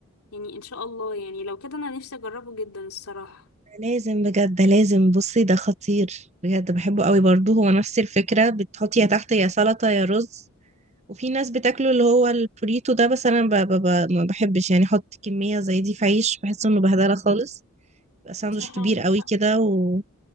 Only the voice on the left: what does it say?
يعني ان شاء الله يعني لو كده انا نفسي اجربه جدا الصراحه
صح
عندك
حق